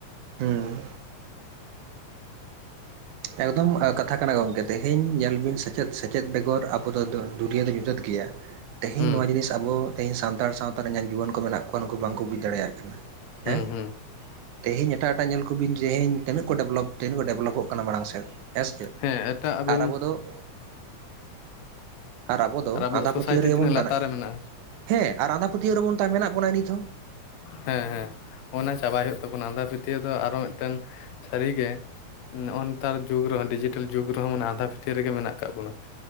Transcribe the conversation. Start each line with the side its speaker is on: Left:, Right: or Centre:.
Right: ᱦᱩᱸ ᱮᱠᱫᱚᱢ ᱠᱟᱛᱷᱟ ᱠᱟᱱᱟ ᱜᱚᱢᱠᱮ ᱛᱮᱦᱮᱧ ᱧᱮᱞ ᱵᱤᱱ ᱥᱮᱪᱮᱫ ᱥᱮᱪᱮᱫ ᱵᱮᱜᱚᱨ ᱟᱵᱚ ᱫᱚ ᱫᱩᱱᱭᱟᱹ ᱫᱚ ᱧᱩᱛᱟᱹᱛ ᱜᱮᱭᱟ ᱾ ᱛᱮᱦᱤᱧ
Left: ᱦᱩᱸ
Right: ᱱᱚᱣᱟ ᱡᱤᱱᱤᱥ ᱟᱵᱚ ᱥᱟᱱᱛᱟᱲ ᱛᱮᱦᱮᱧ ᱱᱚᱣᱟ ᱡᱤᱱᱤᱥ ᱟᱵᱚ ᱛᱮᱦᱮᱧ ᱥᱟᱱᱛᱟᱲ ᱥᱟᱶᱛᱟ ᱨᱮ ᱨᱮᱧᱟᱜ ᱡᱩᱣᱟᱹᱱ ᱠᱚ ᱢᱮᱱᱟᱜ ᱠᱚᱣᱟ ᱱᱩᱠᱩ ᱵᱟᱝ ᱠᱚ ᱵᱩᱡᱽ ᱫᱟᱲᱮᱭᱟᱜ᱾ ᱠᱟᱱᱟ᱾
Left: ᱦᱩᱸ
Right: ᱦᱮᱸ,
Left: ᱦᱩᱸ
Right: ᱛᱮᱦᱮᱧ ᱮᱴᱟᱜ ᱮᱴᱟᱜ ᱧᱮᱞ ᱠᱚᱵᱤᱱ ᱡᱮᱦᱧ ᱛᱤᱱᱟᱹᱜ ᱠᱚ ᱰᱮᱵᱷᱞᱚᱯ ᱛᱤᱱ ᱠᱚ ᱰᱮᱵᱷᱞᱚᱯᱚᱜ ᱠᱟᱱᱟ ᱾ ᱚᱱᱟ ᱢᱟᱲᱟᱝ ᱥᱮᱫ ᱦᱮᱸᱥᱮ ᱪᱮᱫ
Left: ᱦᱮᱸ ᱮᱴᱟᱜ ᱟᱹᱵᱤᱱ
Right: ᱟᱨ ᱟᱵᱚ ᱫᱚ ᱾ ᱟᱨ ᱟᱵᱚ ᱫᱚ
Left: ᱟᱵᱚᱣᱟᱜ
Right: ᱟᱸᱫᱷᱟ
Left: ᱥᱳᱥᱟᱭᱴᱤ
Right: ᱯᱟᱹᱛᱭᱟᱹᱣ ᱨᱮᱜᱮ
Left: ᱛᱤᱱᱟᱹᱜ
Right: ᱵᱚᱱ ᱫᱟᱱᱟᱜᱼᱟ
Left: ᱞᱟᱛᱟᱨ ᱨᱮ ᱢᱮᱱᱟᱜᱼᱟ
Right: ᱾ ᱦᱮᱸ ᱟᱨ ᱟᱸᱫᱷᱟ ᱯᱟᱹᱛᱭᱟᱹᱣ ᱨᱮ ᱵᱚᱱ ᱛᱟᱭ ᱢᱮᱱᱟᱜ ᱵᱚᱱᱟ ᱱᱤᱛ ᱨᱮᱦᱚᱸ ᱾
Left: ᱦᱮᱸ ᱦᱮᱸᱜᱼ ᱚᱱᱟ ᱪᱟᱵᱟᱭ ᱦᱩᱭᱩᱜ ᱛᱟᱵᱚᱱᱟ ᱟᱸᱫᱷᱟ ᱯᱟᱹᱛᱭᱟᱹᱣ ᱫᱚ ᱟᱨᱚ ᱢᱤᱫᱴᱮᱱ ᱥᱟᱹᱨᱤᱜᱮ ᱾ ᱱᱚᱜ ᱱᱮᱛᱟᱨ ᱡᱩᱜᱽ ᱨᱮᱦᱚᱸ ᱰᱤᱡᱤᱴᱮᱞ ᱡᱩᱜᱽ ᱨᱮᱦᱚᱸ ᱚᱱᱮ ᱟᱸᱫᱷᱟ ᱯᱟᱹᱛᱭᱟᱹᱣ ᱨᱮᱜᱮ ᱢᱮᱱᱟᱜ ᱟᱠᱟᱫ ᱵᱚᱱᱟ ᱾